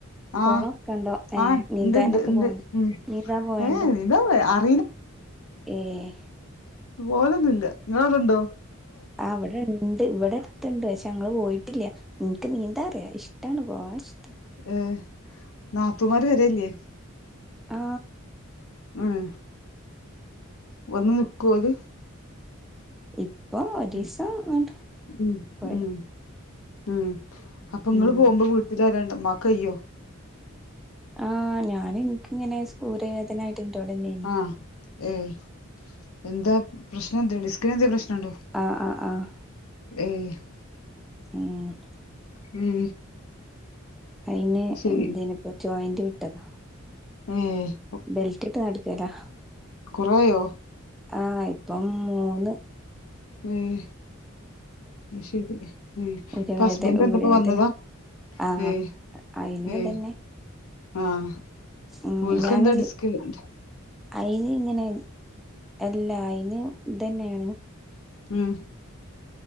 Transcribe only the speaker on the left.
ആഹ്
ആ
ണ്ട് ണ്ട് ണ്ട്
ഉ
ഏ <inaudible>
പോലൊന്നുല്ല ഇങ്ങളടെണ്ടോ?
ഈ നാത്തൂമാര് വരെല്ലേ
ഉം വന്ന് നിക്കോ ഓല്
ഉ
ഉം
ഉം ഉം അപ്പൊ ഇങ്ങള്
പോകുമ്പോ വീട്ടിലാരണ്ടവാ മ്മക്ക് കയ്യോ
ആഹ് ഏയ് എന്താ പ്രശ്നം എന്തെങ്കിലും ഡിസ്ക് എന്തേലും പ്രശ് നണ്ടോ?
ഏഹ്
ഉം
ശരി
അതെ
കുറവായോ
ഉം ശരി ഇപ്പൊ
ഹസ്ബൻറ് ന്താപ്പോ
വന്നതാ
ഏഹ്
ഏഹ്
ആഹ്
ഓൽക്കന്താ
ഡിസ്ക് ഡിസ്
ഉം